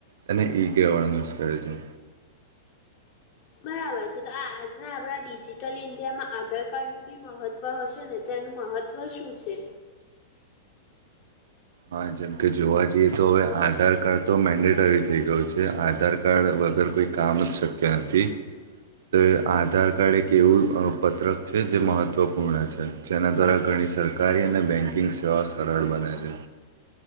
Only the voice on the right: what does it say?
અનેને ઈગવાળનું સર્જન
હા જેમકે જોવા જઈએ તો હવે આધાર કાર્ડ તો મેન્ડેટરી થઇ ગયું છે આધાર કાર્ડ વગર કોઈ કામ જ શક્ય નથી તો એ આધાર કાર્ડ એક એવું પત્રક છે જે મહત્ત્વપૂર્ણ છે જેના દ્વારા ઘણી સરકારી અને બેન્કિંગ સેવાઓ સરળ બને છે